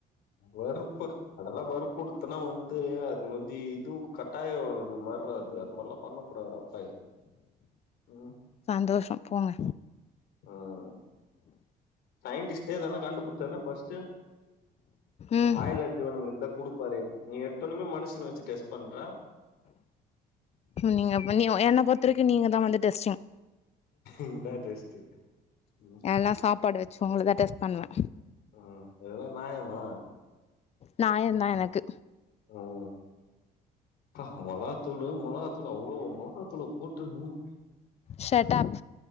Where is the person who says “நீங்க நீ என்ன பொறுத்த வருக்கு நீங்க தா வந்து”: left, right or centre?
Left